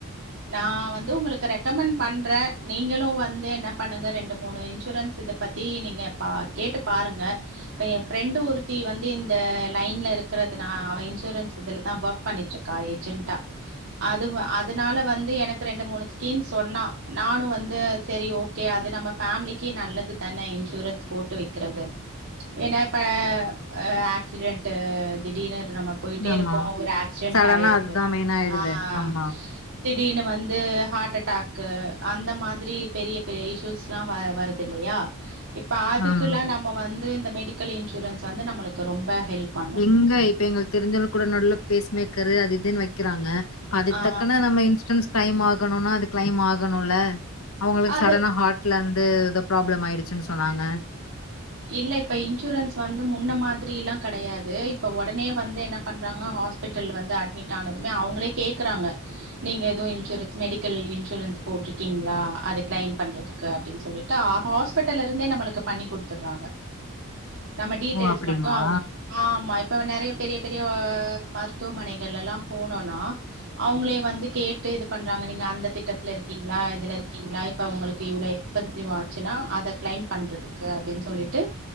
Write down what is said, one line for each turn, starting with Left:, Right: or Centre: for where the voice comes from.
Right: நா வந்து உங்களுக்கு ரெக்கமெண்ட் பண்றே நீங்களும் வந்து என்ன பண்ணுங்க ரெண்டு மூணு இன்சூரன்ஸ் இத பத்தி நீங்க பா கேட்டு பாருங்க இப்ப என் ஃப்ரெண்டு் ஒருத்தி வந்து இந்த லைன்ல இருக்குறது நா அவ இன்சூரன்ஸ் இதுலதா ஒர்க் பண்ணிட்டு இருக்கா ஏஜெண்டா அதுவு அது அதனால வந்து எனக்கு ரெண்டு மூணு ஸ்கீம் சொன்னா நானும் வந்து சரி ஓகே அது நம்ம ஃபேமிலிக்கு நல்லது தானே இன்சூரன்ஸ் போட்டு வக்கிறது என்னா இப்ப ஆ ஆக்சிடென்ட்டு திடீர்னு நம்ம போயிட்டே
Left: ஆமா
Right: இருக்கோ ஒரு ஆக்சிடென்ட்
Left: சடனா
Right: ஆயிருது
Left: அதுதா மெயினா ஆயிடுதே
Right: ஆஹ்
Left: ஆமா
Right: திடீர்னு வந்து ஹார்ட் அட்டாக்கு அந்த மாதிரி பெரிய பெரிய இஸ்யூஸ் ல்லாம் அ வருது இல்லயா இப்ப அதுக்கல்லா
Left: ஆமா
Right: நம்ம வந்து இந்த மெடிக்கல் இன்சூரன்ஸ் வந்து நம்மளுக்கு ரொம்ப ஹெல்ப் பண்ணு
Left: எங்க இப்ப எங்களுக்கு தெரிஞ்சவங்களுக்கு கூட நடுவுல பேஸ்மேக் <unintelligible> அது இதுன்னு வைக்கிறாங்க அதுக்குத்தக்கன
Right: ஆ
Left: நம்ம இன்சூரன்ஸ் கிளைம் ஆகணும்னா அது கிளைம் ஆகணும்ல அவுங்களுக்கு
Right: அது
Left: சடனா ஹார்ட்ல இது எதோ ப்ராப்ளம் ஆயிடுச்சுன்னு சொன்னாங்க
Right: இல்ல இப்ப இன்சூரன்ஸ் வந்து முன்ன மாதிரியிலா கெடையாது இப்ப ஒடனே வந்து என்ன பண்றாங்க ஹாஸ்பிட்டல் வந்து அட்மிட் ஆனதுமே அவுங்களே கேக்குறாங்க நீங்க எதுவும் இன்சூரன்ஸ் மெடிக்கல் இன்சூரன்ஸ் போட்ருக்கீங்களா அத கிளைம் பண்றதுக்கு அப்டின்னு சொல்லிட்டு ஆ ஹாஸ்பிட்டல்ல இருந்தே நம்மளுக்கு பண்ணிகுடு வச்சறாங்க நம்ம டீட்டெய்ல்ஸ்
Left: ஓ! அப்படிங்களா?
Right: மட்டு அவுங்க ஆ ஆமா இப்ப நெறைய பெரிய பெரிய மருத்துவமனைகள் எல்லாம் போனோனா அவங்களே வந்து கேட்டு இது பண்றாங்க நீங்க அந்த திட்டத்துல இருக்கீங்களா இதுல இருக்கீங்களா இப்ப உங்களுக்கு இவ்ளோ எஸ்பென்சிவ் ஆச்சின்னா அத கிளைம் பண்றதுக்கு அப்டின்னு சொல்லிட்டு